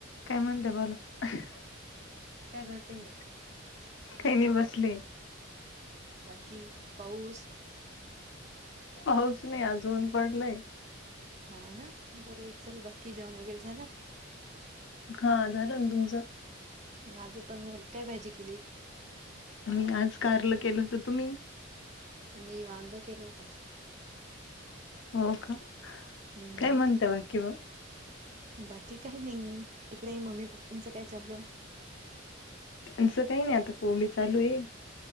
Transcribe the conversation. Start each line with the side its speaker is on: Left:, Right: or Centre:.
Left: काय म्हणता बोला, काय
Right: काय करते
Left: करती ग काय नाय बसले.
Right: बाकी पाऊस
Left: पाऊस नाय अजून पडलाय.
Right: हा ना बरंय चल बाकी जेवण वगैरे झालं.
Left: हो झालं ना तुमचं
Right: माझं पण झालं काय भाजी केली?
Left: मी आज कारल केलं होतं तुम्ही?
Right: मी वांग केल होत आज.
Left: हो का
Right: हम्म
Left: काय म्हणता बाकी म
Right: बाकी काही नाही तिकडे मम्मी पप्पांचं काय चाललं?
Left: त्यांचं काही नाय आता पेरणी चालू ये.